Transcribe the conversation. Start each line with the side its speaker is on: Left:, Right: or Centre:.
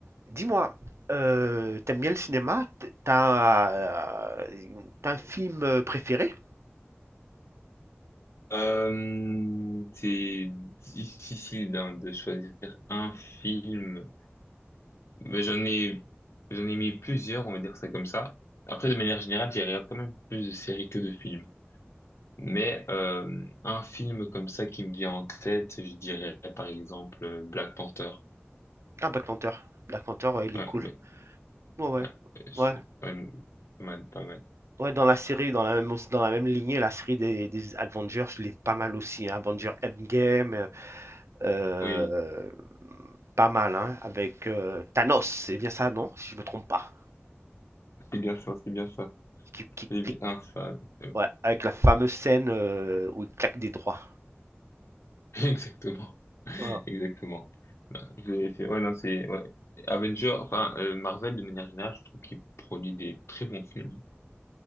Right: Dis-moi, euh, t'aimes bien le cinéma? T- T'as euh, t'as un film euh, préféré?
Left: Euh, c'est difficile hein, de choisir un film. Mais j'en ai, j'en ai mis plusieurs, on va dire ça comme ça. Après, de manière générale, j'y regarde quand même plus de séries que de films. Mais euh, un film comme ça qui me vient en tête, je dirais par exemple euh, Black Panther.
Right: Ah, Black Panther. Black Panther, ouais, il
Left: Ouais,
Right: est cool.
Left: mais-
Right: Ouais, ouais.
Left: ouais, je-
Right: Ouais,
Left: ouais, pas mal, pas mal.
Right: ouais, dans la série, dans la même, dans la même lignée, la série des, des Avengers, je l'ai pas mal aussi. hein. Avengers Endgame, euh, euh,
Left: Oui,
Right: pas mal, hein, avec euh, Thanos, c'est bien ça, non? Si je me trompe pas.
Left: c'est bien ça, c'est bien ça.
Right: Qui, qui-
Left: C'est
Right: qui-
Left: bien ah, ça, euh,
Right: ouais, avec la fameuse scène euh, où il claque des droits.
Left: <laughs> exactement.
Right: Voilà.
Left: Exactement. C'est- c'est- Ouais, non, c'est, ouais. Avenger, enfin, euh, Marvel, de manière générale, je trouve qu'il produit des très bons films.